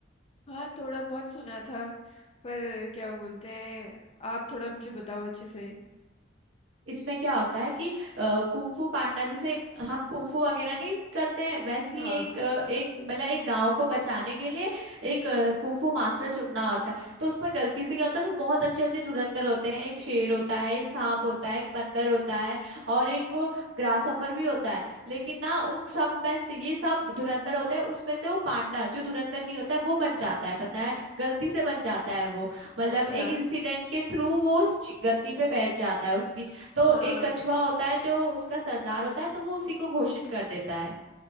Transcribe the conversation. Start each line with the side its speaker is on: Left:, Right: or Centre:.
Left: हाँ थोड़ा बहुत सुना था पर क्या बोलते हैं आप थोड़ा मुझे बताओ अच्छे से
Right: इसमें क्या होता है कि कुंफू पांडा जैसे हम कुंफू वगैरह नहीं करते हैं वैसी
Left: हाँ
Right: एक अ, एक मतलब एक गांव को बचाने के लिए एक कुंफू मास्टर चुनना होता है तो उसमें गलती से क्या होता है उसमें बहुत अच्छे अच्छे धुरंधर होते हैं एक शेर होता है एक सांप होता है एक बंदर होता है और एक वो ग्रास हॉपर भी होता है लेकिन ना उन सब में से ये सब धुरंधर होते हैं उसमें से वो पांडा जो धुरंधर नहीं होता है वो बन जाता है पता है गलती से बन जाता है वो मतलब
Left: अच्छा
Right: एक इंसिडेंट के थ्रू वो उस गद्दी पे बैठ जाता है उसकी तो
Left: हाँ
Right: एक कछुआ होता है जो उसका सरदार होता है तो वो उसी को घोषित कर देता है